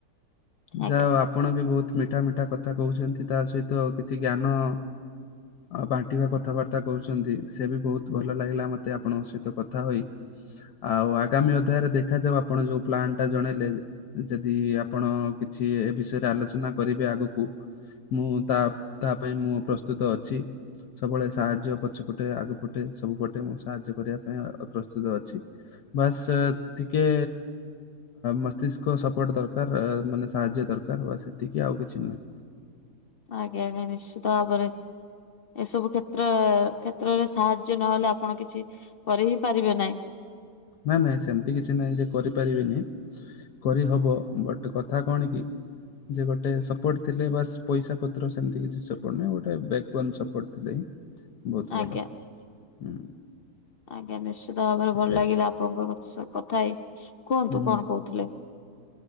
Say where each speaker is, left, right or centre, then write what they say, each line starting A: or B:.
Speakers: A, on the left; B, on the left.
A: ଆଜ୍ଞା।
B: ଯାଆ ହଉ ଆପ ଆପଣ ବି ବହୁତ ମିଠା ମିଠା କଥା କହୁଛନ୍ତି ତା ସହିତ କିଛି ଜ୍ଞାନ ଆଉ ବାଣ୍ଟିବା କଥାବାର୍ତ୍ତା କରୁଛନ୍ତି ସେ ବି ବହୁତ ଭଲ ଲାଗିଲା ମତେ ଆପଣଙ୍କ ସହିତ କଥା ହୋଇ। ଆଉ ଆଗାମୀ ଅଧ୍ୟାୟରେ ଦେଖାଯାଉ ଆପଣ ଯୋଉ ପ୍ଲାନ୍ଟା ଜଣେଇଲେ ଯେଦି ଆପଣ କିଛି ଏ ବିଷୟରେ ଆଲୋଚନା କରିବେ ଆଗୁକୁ ମୁଁ ତା ତା ପାଇଁ ମୁଁ ପ୍ରସ୍ତୁତ ଅଛି। ସବୁବେଳେ ସାହାଯ୍ୟ ପଛ ପଟେ ଆଗ ପଟେ ସବୁ ପଟେ ମୁଁ ସାହାଯ୍ୟ କରିବା ପାଇଁ ପ୍ରସ୍ତୁତ ଅଛି। ବାସ୍ ଟିକେ ମସ୍ତିଷ୍କ ସପୋର୍ଟ ଦରକାର ମାନେ ସାହାଯ୍ୟ ଦରକାର୍ ବାସ୍ ଏତିକି ଆଉ କିଛି ନୁହଁ।
A: ଆଜ୍ଞା, ଆଜ୍ଞା, ନିଶ୍ଚିତ ଭାବରେ। ଏସବୁ କ୍ଷେତ୍ର କ୍ଷେତ୍ରରେ ସାହାଯ୍ୟ ନହେଲେ ଆପଣ କିଛି କରି ହିଁ ପାରିବେ ନାହିଁ।
B: ନାଇଁ ନାଇଁ ସେମିତି କିଛି ନାଇଁ ଯେ କରିପାରିବିନି। କରିହବ ବଟ୍ କଥା କଣ କି? ଯେ ଗୋଟେ ସପୋର୍ଟ ଥିଲେ ବାସ୍ ପଇସା ପତ୍ର ସେମିତି କିଛି ସପୋର୍ଟ ନାହିଁ ଗୋଟେ ବ୍ୟାକ୍ବୋନ୍ ସପୋର୍ଟ ଥିଲେହିଁ। ବହୁତ ଭଲ
A: ଆଜ୍ଞା
B: ହୁଁ।
A: ଆଜ୍ଞା ନିଶ୍ଚିତ ଭାବରେ ଭଲ
B: ଏ
A: ଲାଗିଲା ଆପଣଙ୍କ ସହ କଥା ହେଇ, କୁହନ୍ତୁ
B: ହୁଁ
A: କଣ କହୁଥିଲେ?